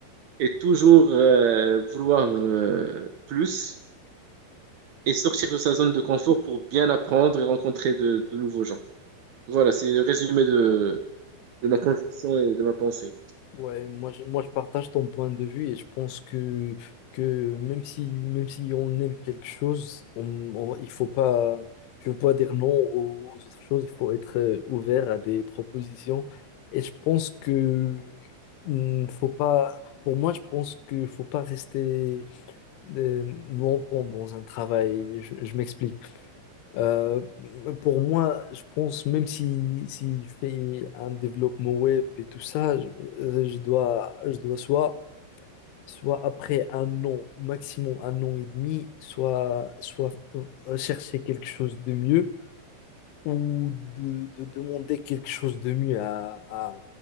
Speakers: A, on the right (about 80°); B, on the left (about 80°).
A: et toujours euh, vouloir euh, plus et sortir de sa zone de confort pour bien apprendre et rencontrer de, de nouveaux gens. Voilà, c'est le résumé de, de ma conviction et de ma pensée.
B: Ouais, moi je, moi je partage ton point de vue et je pense que, que même si, même si on aime quelque chose, on, on- il faut pas, je veux pas dire non aux, aux autres choses, il faut être euh, ouvert à des propositions. Et je pense que hum, faut pas, pour moi, je pense que faut pas rester euh, longtemps dans un travail. Je, je m'explique. Euh, pour moi, je pense, même si, s'il fait un développement web et tout ça, je, euh, je dois, je dois soit, soit après un an, maximum un an et demi, soit, soit euh, chercher quelque chose de mieux ou de, de demander quelque chose de mieux à, à,